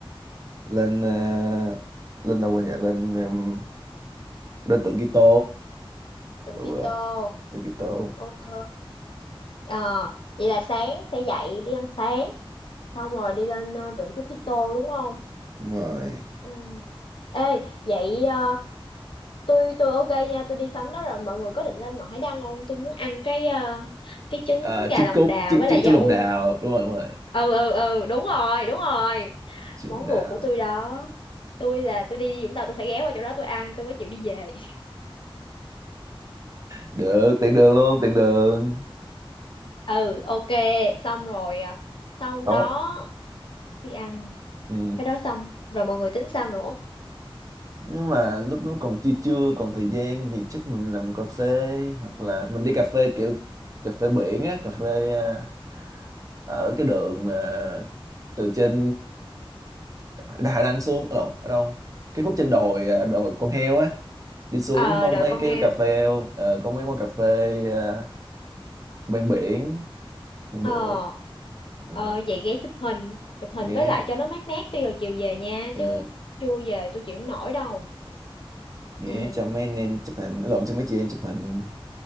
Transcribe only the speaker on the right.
lên ờ, lên đâu quên nhỉ lên ừm, lên tượng Kitô
ừ,
ờ, tượng Kitô
đúng rồi
à, trứng
cút
trứng
trứng
trứng
lòng đào đúng rồi đúng rồi
trứng
lòng đào
được tiện đường luôn tiện đường
không
ừ.
nếu mà lúc nó còn chưa chưa còn thời gian thì chắc mình làm cà phê hoặc là mình đi cà phê kiểu cà phê biển á cà phê ờ, ở cái đường từ trên Đà Nẵng xuống lộn ở đâu cái khúc trên đồi ờ, đồi con heo á đi xuống
có
mấy
cái
cà phê ờ, có mấy quán cà phê ờ, bên biển cũng được
ừ,
ghé
ờ,
ghé
cho mấy anh em chụp hình lộn cho mấy chị em chụp hình